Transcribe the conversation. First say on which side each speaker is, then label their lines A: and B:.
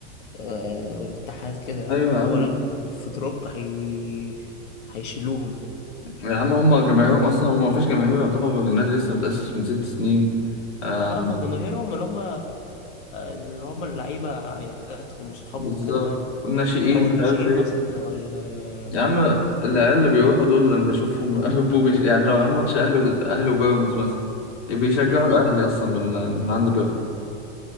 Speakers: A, on the left (about 50°); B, on the left (about 85°).
A: آه، والاتحاد كده يعني
B: أيوة
A: اللي
B: يا
A: هو
B: عم
A: لا لو في دروب هي... هيشيلوهم
B: يا عم هما جماهيرهم أصلا هما مفيش جماهير يعتبر النادي لسه متأسس من ست سنين آه
A: اه لا هو جماهيرهم اللي هم اللي هم اللعيبه عائلاتهم واصحابهم
B: بالظبط
A: كده يعني
B: والناشئين
A: او
B: مش
A: الناشئين
B: عارف ايه
A: مثلا بتوع ال
B: يا عم العيال اللي بيروحوا دول اللي انا بشوفهم <laughs> بيبقوا بيش... يعني لو رايحين ماتش اهلي و... اهلي وبيراميدز مثلا بيشجعوا
A: مم.
B: الاهلي اصلا من من عند بيراميدز